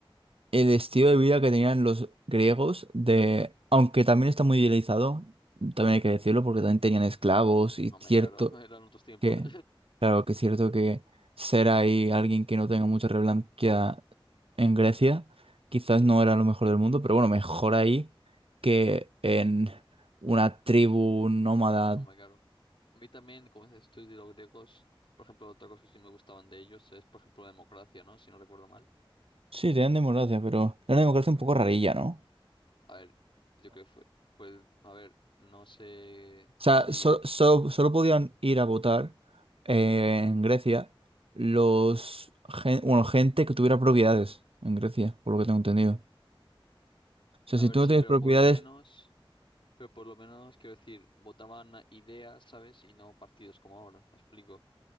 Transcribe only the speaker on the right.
el estilo de vida que tenían los griegos de, aunque también está muy idealizado, también hay que decirlo, porque también tenían esclavos y
cierto
que, claro que es cierto que ser ahí alguien
que no tenga mucha relevancia en Grecia, quizás no era lo mejor del mundo, pero bueno, mejor ahí que en una tribu nómada.
Sí, tenían democracia, pero era una democracia un poco rarilla, ¿no?
O
sea, so- so- solo podían ir a votar eh, en Grecia los gen- bueno, gente que tuviera propiedades en Grecia, por lo que tengo entendido. O sea,
si
tú
no tienes
propiedades.